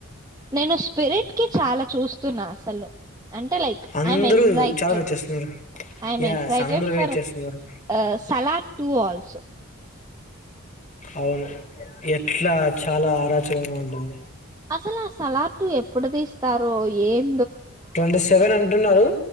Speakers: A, on the right; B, on the left.
A: నేను స్పిరిట్ కి చాలా చూస్ స్తున్నా అసలు అంటే లైక్
B: అందరూ
A: ఐ ఆమ్ ఎగ్జైటెడ్
B: చాలా వెయిట్ చేస్తున్నారు
A: ఆమ్
B: యస్
A: ఎక్సైటెడ్
B: అందరూ వెయిట్
A: ఫర్
B: చేస్తున్నారు
A: అ సలార్ టూ ఆల్సో
B: అవును ఎట్లా చాలా అరాచకంగా ఉంటుంది
A: అసలా సలార్ టూ ఎప్పుడు తీస్తారు ఏం
B: ట్వంటీ సెవెన్ అంటున్నరు